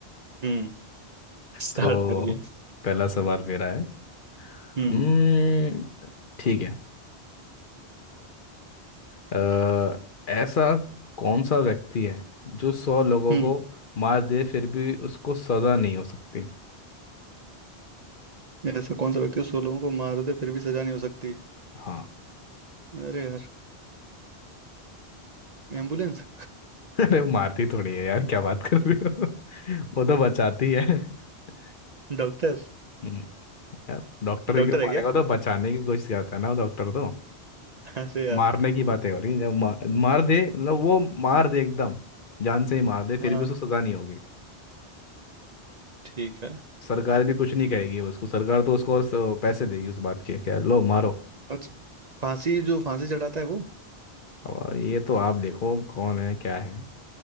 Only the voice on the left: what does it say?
तो
पहला सवाल मेरा है
हम्म, ठीक है अ, ऐसा कौन सा व्यक्ति है जो सौ लोगों
को मार दे फिर भी उसको सजा नहीं हो सकती
हाँ
<laughs> अरे मारती थोड़ी है यार क्या बात कर रही हो <laughs> वो तो बचाती है <laughs>
हम्म, यार डॉक्टर
क्यों
मारेगा
वो तो बचाने की कोशिश करता है ना वो डॉक्टर तो
मारने की बातें हो रही है जब मा, मार दे मतलब वो मार दे एकदम जान से ही मार दे फिर
भी उसको सजा नहीं होगी
सरकार भी कुछ
नहीं कहेगी उसको सरकार तो उसको और स- पैसे देगी उस बात के क्या लो मारो
और ये तो आप देखो कौन है क्या है